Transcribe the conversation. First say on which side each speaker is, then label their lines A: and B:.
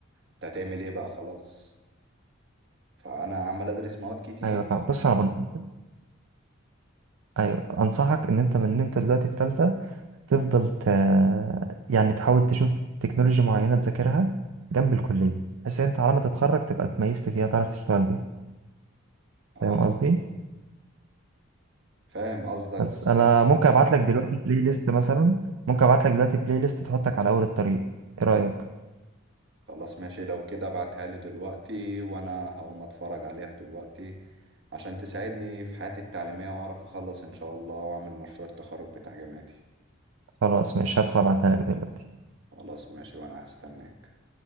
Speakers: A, on the right; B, on the right.
A: انت هتعمل ايه بقى خلاص فانا عمال ادرس مواد كتير
B: ايوه فاهم بص انا بنصحك ايوه انصحك ان انت من ان انت دلوقتي في تالتة تفضل ت... يعني تحاول تشوف تكنولوجيا معينة تذاكرها جنب الكلية بحيث ان انت على ما تتخرج تبقى اتميزت فيها تعرف تشتغل بيها
A: اه
B: فاهم قصدي
A: فاهم قصدك
B: بس
A: بس
B: انا ممكن ابعت لك دلوقتي بلاي ليست مثلا ممكن ابعت لك دلوقتي بلاي ليست تحطك على اول الطريق ايه رأيك
A: خلاص ماشي لو كده ابعتها لي دلوقتي وانا هقوم اتفرج عليها دلوقتي عشان تساعدني في حياتي التعليمية واعرف اخلص ان شاء الله واعمل مشروع التخرج بتاع جامعتي
B: خلاص ماشي هدخل ابعتها لك دلوقتي
A: خلاص ماشي وانا هستناك